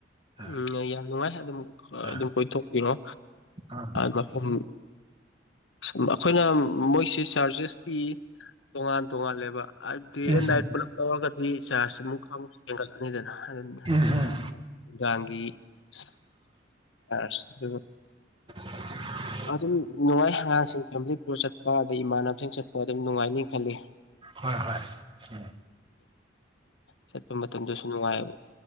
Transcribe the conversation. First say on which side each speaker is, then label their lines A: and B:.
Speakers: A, on the right; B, on the left.
A: ꯑꯥ
B: ꯎꯝ ꯌꯥꯝ ꯅꯨꯡꯉꯥꯏ ꯑꯗꯨꯝ
A: ꯑꯥ
B: ꯑꯗꯨꯝ ꯀꯣꯏꯊꯣꯛꯄꯤꯔꯣ
A: ꯑꯥ
B: ꯃꯐꯝ ꯨꯝ ꯑꯩꯈꯣꯏꯅ ꯃꯣꯏꯁꯦ ꯆꯥꯔꯖꯦꯁꯇꯤ ꯇꯣꯉꯥꯟ ꯇꯣꯉꯜꯂꯦꯕ ꯗꯦ
A: ꯎꯝ
B: ꯑꯦꯟ ꯅꯥꯏꯠ ꯄꯨꯂꯞ ꯂꯧꯔꯒꯗꯤ ꯆꯥꯔꯖ ꯑꯃꯨꯛ ꯈ ꯑꯃꯨꯛ ꯍꯦꯟꯒꯠꯂꯅꯤꯗꯅ ꯑꯗꯨ
A: ꯎꯝ ꯍꯝ
B: ꯅꯨꯡꯗꯥꯡꯒꯤ ꯑ ꯑꯗꯨ
A: <unintelligible>
B: ꯑꯗꯨꯝ ꯅꯨꯡꯉꯥꯏ ꯑꯉꯥꯡꯁꯤꯡ ꯐꯦꯃꯤꯂꯤ ꯄꯨꯨꯔ ꯆꯠꯄ ꯑꯗꯩ ꯏꯃꯥꯟꯅꯕꯁꯤꯡ ꯆꯠꯄ ꯑꯗꯨꯝ ꯅꯨꯡꯉꯥꯏꯅꯤ ꯈꯜꯂꯤ
A: ꯍꯣꯏ ꯍꯣꯏ ꯎꯝ
B: ꯆꯠꯄ ꯃꯇꯝꯗꯁꯨ ꯅꯨꯡꯉꯥꯏꯑꯕ